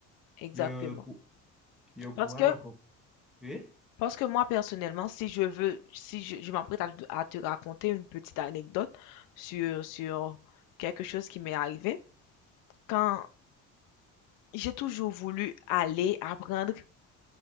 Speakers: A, on the left; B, in the centre.
A: exactement.
B: Je, pou- je pourrais
A: Parce que,
B: recouper, oui,
A: parce que moi, personnellement, si je veux, si je, je m'apprête à, à te raconter une petite anecdote sur, sur quelque chose qui m'est arrivé, quand j'ai toujours voulu aller apprendre,